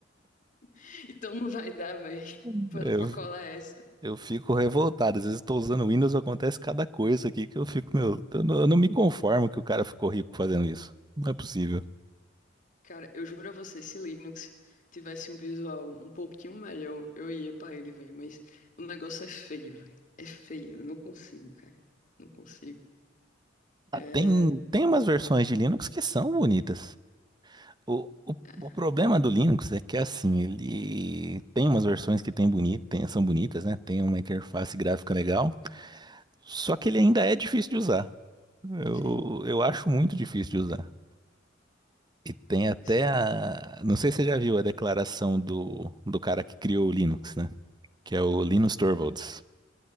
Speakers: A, on the left; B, on the right.
A: <laughs> então não vai dar, velho.
B: <laughs>
A: Pra
B: eu-
A: pra colar essa.
B: Eu fico revoltado. Às vezes estou usando o Windows, acontece cada coisa aqui que eu fico, meu, eu não, eu não me conformo que o cara ficou rico fazendo isso. Não é possível.
A: Cara, eu juro a você, se Linux tivesse um visual um pouquinho melhor, eu ia pra ele, velho. Mas o negócio é feio, velho. É feio. Eu não consigo, cara. Não consigo.
B: Ah,
A: É.
B: Tem, tem umas versões de Linux que são bonitas. O, o,
A: é,
B: o problema do Linux é que assim, ele tem umas versões que tem boni- tem- são bonitas, né? Tem uma interface gráfica legal, só que ele ainda é difícil de usar. Eu,
A: sim,
B: eu acho muito difícil de usar. E tem até
A: sim.
B: a. Não sei se você já viu a declaração do, do cara que criou o Linux, né? que é o Linus Torvalds.